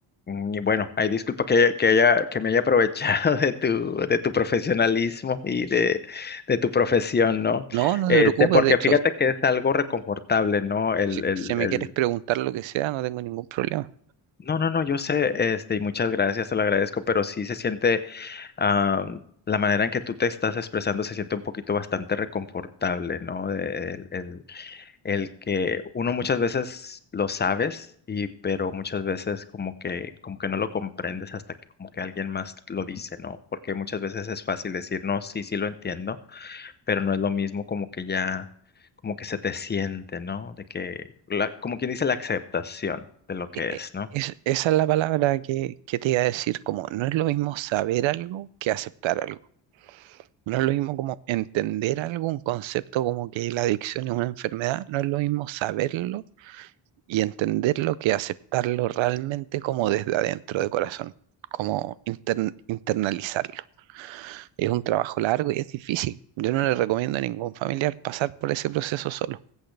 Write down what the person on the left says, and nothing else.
mm, y bueno, hay disculpa que, que haya que me haya aprovechado <laughs> de tu de tu profesionalismo y de, de tu profesión, ¿no?
Este,
porque
fíjate que es algo reconfortable, ¿no? El,
el,
el
No, no, no, yo sé, este, y muchas gracias, te lo agradezco, pero sí se siente ah, la manera en que tú te estás expresando se siente un poquito bastante reconfortable, ¿no? De, el, el que uno muchas veces lo sabes y pero muchas veces como que como que no lo comprendes hasta que como que alguien más lo dice, ¿no? Porque muchas veces es fácil decir, "No, sí, sí lo entiendo", pero no es lo mismo como que ya como que se te siente, ¿no? De que la- como quien dice la aceptación de lo que
es, ¿no?